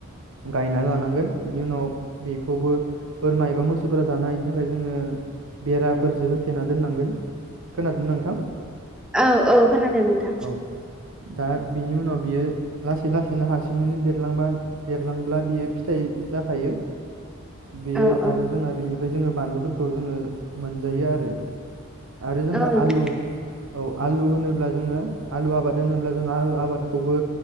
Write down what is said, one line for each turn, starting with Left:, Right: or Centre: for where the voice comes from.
Right: गायना लानांगोन बिनि उनाव बेखौबो बोरमा एबा मोसौफोरा जानायनि थाखाय जोंङो बेराफोरजो होथेना दोननांगोन खोनादों नोंथां।
Centre: औ औ खोनादों नोंथां
Right: औ दा बिनि उनाव बियो लासै-लासैनो हारसिंङैनो देरलांबा देरलांब्ला बियो फिथाय जाखायो। बेयो
Centre: औ औ
Right: आरो जोंना बेनिफ्राय जोंङो बानलुफोरखौ जोंङो मोनजायोआरो। आरोजोंना
Centre: औ नोंथां
Right: आलु औ आलु होनोब्ला जोंङो आलु आबाद होनोब्ला जों आलु आबादखौबो